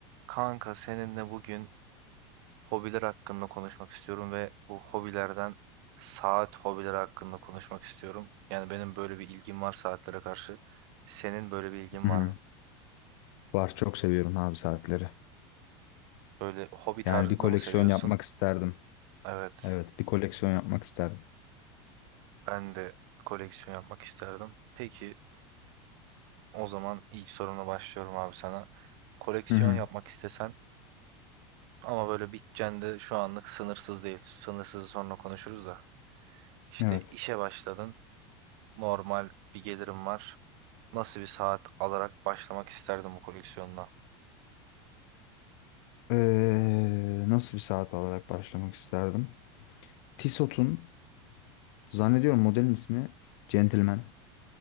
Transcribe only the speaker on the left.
Hı hı.
Var çok seviyorum abi saatleri.
Yani bir koleksiyon
yapmak isterdim.
Evet bir koleksiyon yapmak isterdim.
Hı hı.
Evet.
Ee, nasıl bir saat alarak başlamak isterdim? Tissot'un zannediyorum modelin ismi Gentleman.